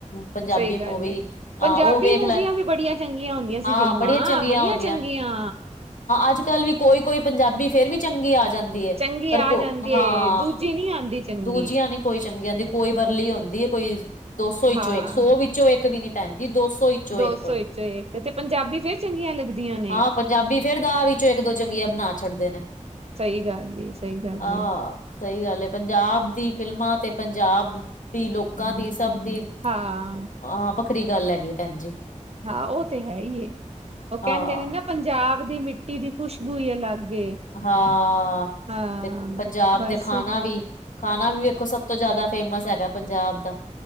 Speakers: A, on the left (about 80°); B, on the right (about 50°).
A: ਪੰਜਾਬੀ
B: ਸਹੀ ਗੱਲ
A: ਮੂਵੀ
B: ਏ ਪੰਜਾਬੀ
A: ਹਾਂ ਉਹ ਵੇਖ
B: ਮੂਵੀਆਂ
A: ਲੈ
B: ਵੀ ਬੜੀਆਂ ਚੰਗੀਆਂ ਹੁੰਦੀਆਂ ਸੀ
A: ਹਾਂ
B: ਫਿਲਮਾਂ
A: ਬੜੀਆਂ ਚੰਗੀਆਂ
B: ਬੜੀਆਂ।
A: ਆਉਂਦੀਆਂ
B: ਚੰਗੀਆਂ।
A: ਅੱਜ ਕੱਲ੍ਹ ਵੀ ਕੋਈ ਕੋਈ ਪੰਜਾਬੀ ਫੇਰ ਵੀ ਚੰਗੀ ਆ ਜਾਂਦੀ ਹੈ
B: ਚੰਗੀ
A: ਪਰ ਕੋ।
B: ਆ ਜਾਂਦੀ ਏ
A: ਹਾਂ
B: ਦੂਜੀ ਨੀ ਆਉਂਦੀ ਚੰਗੀ
A: ਦੂਜੀਆਂ ਨੀ। ਕੋਈ ਚੰਗੀ ਆਂਦੀ ਕੋਈ ਵਰਲੀ ਆਉਂਦੀ ਐ ਕੋਈ ਦੋ ਸੌ ਇੱਚੋਂ
B: ਹਾਂ
A: ਇੱਕ ਸੌ ਵਿੱਚੋਂ ਇੱਕ ਵੀ ਨੀ ਭੈਣ ਜੀ ਦੋ ਸੌ ਚੋ
B: ਦੋ
A: ਇੱਕ
B: ਸੌ ਵਿੱਚੋਂ ਇੱਕ ਤੇ ਪੰਜਾਬੀ ਫੇਰ ਚੰਗੀਆਂ ਲੱਗਦੀਆਂ ਨੇ।
A: ਹਾਂ ਪੰਜਾਬੀ ਫੇਰ ਦਾ ਵਿੱਚੋਂ ਇੱਕ ਦੋ ਚੰਗੀਆਂ ਬਣਾ ਛੱਡਦੇ ਨੇ
B: ਸਹੀ ਗੱਲੀ ਐ ਸਹੀ ਗੱਲ
A: ਆਹ
B: ਏ,
A: ਸਹੀ ਗੱਲ ਐ ਪੰਜਾਬ ਦੀ ਫਿਲਮਾਂ ਤੇ ਪੰਜਾਬ ਦੀ ਲੋਕਾਂ ਦੀ ਸਭ ਦੀ
B: ਹਾਂ
A: ਆ ਵੱਖਰੀ ਗੱਲ ਹੈਗੀ ਏ ਭੈਣ ਜੀ
B: ਹਾਂ ਉਹ ਤੇ ਹੈ ਈ ਏ ਉਹ ਕਹਿੰਦੇ
A: ਹਾਂ
B: ਨੇ ਨਾ ਪੰਜਾਬ ਦੀ ਮਿੱ ਟੀ ਦੀ ਖੁਸ਼ਬੂ ਹੀ ਅਲੱਗ ਏ
A: ਹਾਂ
B: ਹਾਂ,
A: ਤੇ ਪੰਜਾਬ
B: ਬਸ
A: ਦੇ ਖਾਣਾ ਵੀ ਖਾਣਾ ਵੀ ਵੇਖੋ ਸਭ ਤੋਂ ਜ਼ਿਆਦਾ ਫੇਮਸ ਹੈਗਾ ਪੰਜਾਬ ਦਾ